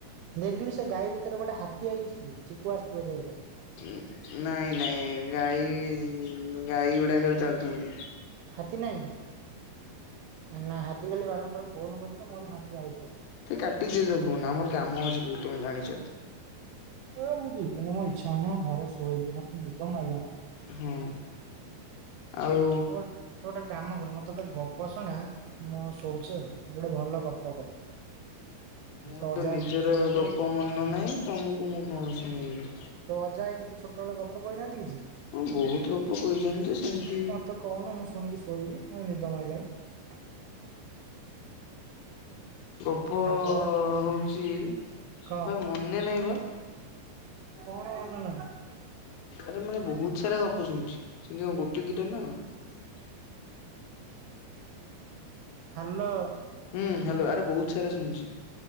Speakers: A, on the right; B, on the left.
A: ଦେଖିଲୁ ସେ ଗାଈ ଭିତରେ ଗୋଟେ ହାତୀ ଆଇଚି କି ଚିକୁ ଆସିଥିବ ଦେଖେ
B: ଉଁ ନାଇଁ ନାଇଁ ଗାଈ ଗାଈ ଗୁଡାକ ଚାଲୁଚନ୍ତି।
A: ହାତୀ ନାଇଁ ନା ହାତୀ ଖାଲି ବାରମ୍ବାର ଫୋନ କରୁଚି ତ ମୁ କହିଲି ହାତୀ ଆଉଚି।
B: ତେ କାଟିଦିଅ ତୋ ଫୋନ୍ ଆମର କାମ ଅଛି ବହୁତ ତମେ ଜାଣିଛ
A: ଏ ମୁଁ ଯିବିନି ମୋ ଇଚ୍ଛା ହୋଉନି ଘରେ ଶୋଇଲି ମତେ ନିଦ ମାଡି ଲାଣି ବା।
B: ହଁ ଆଉ
A: ଓଲ ତୁ ଗୋଟେ କାମ କରେ ମ ତ ଗୋଟେ ଗପ ଶୁଣା ମୁଁ ଶୋଉଚି ଆଉ ଗୋଟେ ଭଲ ଗପ କହ।
B: ମୋର
A: ତୋ ଅଜା
B: ତ ନିଜର
A: ଆଇ ତତେ ଶୁଣେଇଥିବେ
B: ଗପ ମନ ନାହିଁ ତମକୁ ମୁଁ କଣ ଶୁଣେଇବି।
A: ତ ଅଜା ଆଇ ତତେ ଛୋଟବେଳେ ଗପ କହିନାହାନ୍ତି କିଛି
B: ହଁ ବହୁତ ଗପ କହିଚନ୍ତି ଯେ ସେମିତି
A: ତ କହୁନ ମୁଁ ଶୁଣିକି ଶୋଇବି ମତେ ନିଦ ମାଇଲାଣି।
B: ଗପ
A: ହାଲୋ
B: ହଉଚି
A: କହ
B: ବେ ମନେ ନାହିଁ ବା।
A: କଣ ମନେ ନାହିଁ।
B: ଆରେ ମାନେ ବହୁତ ସାରା ଗପ ଶୁଣିଚି ସେମିତି କଣ ଗୋଟେ ଦିଟା ନା କଣ।
A: ହାଲୋ।
B: ହୁଁ ହାଲୋ ଆରେ ବହୁତ ସାରା ଶୁଣିୁଚି।